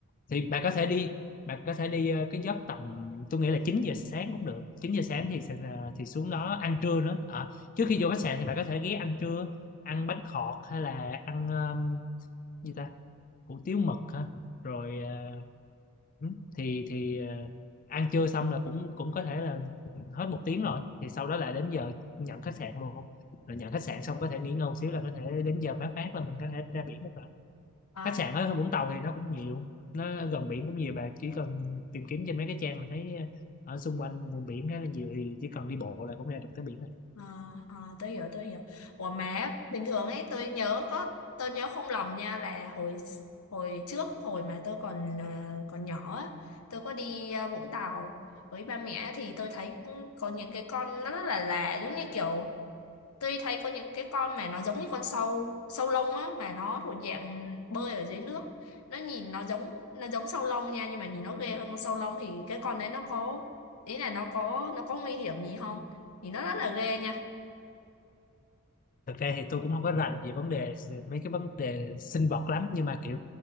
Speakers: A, on the left; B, on the left.
A: thì bạn có thể đi bạn có thể đi ờ, cái giấc tầm tôi nghĩ là 9 giờ sáng cũng được 9 giờ sáng thì sẽ- ờ, thì xuống đó ăn trưa nữa à, trước khi vô khách sạn thì bạn có thể ghé ăn trưa ăn bánh khọt hay là ăn um, gì ta hủ tiếu mực ha rồi ờ, Ừ. thì thì ờ, ăn trưa xong là cũng cũng có thể là hết một tiếng rồi thì sau đó là đến giờ nhận khách sạn luôn rồi nhận khách sạn xong có thể nghỉ ngơi một xíu là có thể đến giờ mát mát là mình có thể ra biển được rồi
B: Ờ,
A: khách sạn ở Vũng Tàu thì nó cũng nhiều nó gần biển cũng nhiều bạn chỉ cần tìm kiếm trên mấy cái trang là thấy ờ, ở xung quanh vùng biển khá là nhiều thì chỉ cần đi bộ là cũng ra được tới biển rồi
B: ờ à, tới giờ tới giờ Ủa mà bình thường ấy tôi nhớ có tôi nhớ không lầm nha là hồi hồi trước hồi mà tôi còn à, còn nhỏ á, tôi có đi à, Vũng Tàu với ba mẹ thì tôi thấy cũng có những cái con nó rất là lạ giống như kiểu tôi thấy có những cái con mà nó giống như con sâu sâu lông á mà nó thuộc dạng bơi ở dưới nước nó nhìn nó giống nó giống sâu lông nha nhưng mà nhìn nó ghê hơn con sâu lông thì cái con đấy nó có ý là nó có nó có nguy hiểm gì không thì nó rất là ghê nha
A: thực ra thì tôi cũng không có rành về vấn đề mấy cái vấn đề sinh vật lắm nhưng mà kiểu